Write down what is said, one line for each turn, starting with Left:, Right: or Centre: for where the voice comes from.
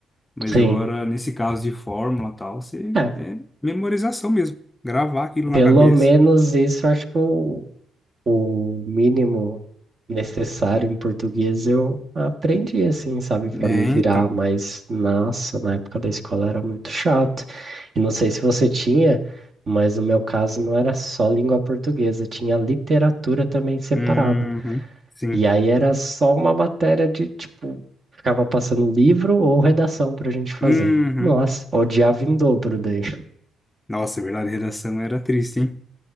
Left: Mas
Right: Sim.
Left: agora, nesse caso de fórmula e tal, você
Right: É,
Left: é memorização mesmo. Gravar aquilo na
Right: pelo
Left: cabeça.
Right: menos isso eu acho que o o mínimo necessário em português eu aprendi assim, sabe, para
Left: É,
Right: me virar,
Left: então.
Right: mas nossa, na época da escola era muito chato. E não sei se você tinha, mas no meu caso não era só língua portuguesa, tinha literatura também separada.
Left: Uhum, sim.
Right: E aí era só uma matéria de tipo, ficava passando livro ou redação pra gente fazer.
Left: Uhum.
Right: Nossa, odiava em dobro daí.
Left: Nossa, é verdade, redação era triste, hein?